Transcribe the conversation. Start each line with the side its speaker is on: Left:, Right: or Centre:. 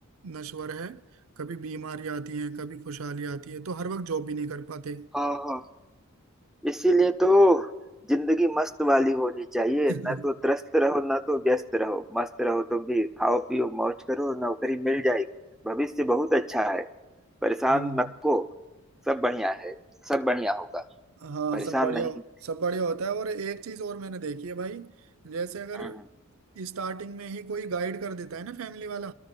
Right: नश्वर है कभी बीमारी आती है कभी खुशहाली आती है तो हर वक्त जॉब भी नहीं कर पाते
Centre: हाँ हाँ इसीलिए तो जिंदगी मस्त वाली होनी चाहिए
Right: <laughs>
Centre: ना तो त्रस्त रहो ना तो व्यस्त रहो मस्त रहो तुम भी खाओ पियो मौज करो नौकरी मिल जाएगी भविष्य बहुत अच्छा है परेशान
Right: हाँ
Centre: मत को सब बढ़िया है सब बढ़िया होगा
Right: हाँ
Centre: परेशान
Right: सब बढ़िया
Centre: नहीं
Right: सब बढ़िया होता है और एक चीज और मैंने देखी है भाई जैसे अगर
Centre: हम्म
Right: स्टार्टिंग में ही कोई गाइड कर देता है ना फैमिली वाला